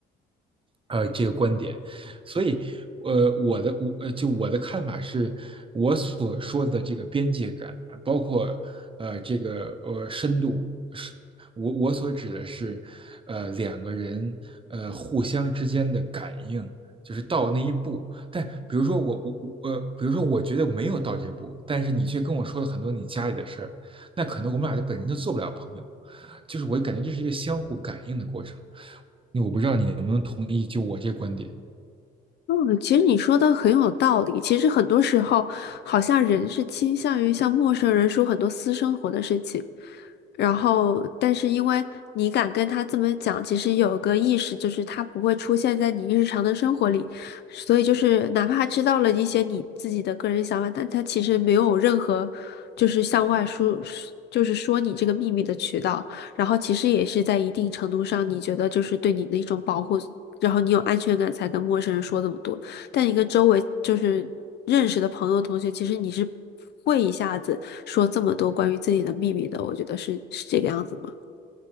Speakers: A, on the right; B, on the left.
A: 呃这个观点，所以呃我的我呃就我的看法是，我所说的这个边界感，包括呃这个呃深度是，我我所指的是，呃两个人呃互相之间的感应，就是到那一步。但比如说我我我呃，比如说我觉得没有到这步，但是你却跟我说了很多你家里的事儿，那可能我们俩就本身就做不了朋友。就是我感觉这是一个相互感应的过程。我不知道你能不能同意，就我这个观点。
B: 嗯，其实你说的很有道理。其实很多时候，好像人是倾向于向陌生人说很多私生活的事情，然后，但是因为你敢跟他这么讲，其实有个意识，就是他不会出现在你日常的生活里，所以就是哪怕他知道了一些你自己的个人想法，但他其实没有任何就是向外说，就是说你这个秘密的渠道。然后其实也是在一定程度上，你觉得就是对你的一种保护，然后你有安全感才跟陌生人说这么多。但你跟周围就是认识的朋友、同学，其实你是不会一下子说这么多关于自己的秘密的，我觉得是是这个样子吗？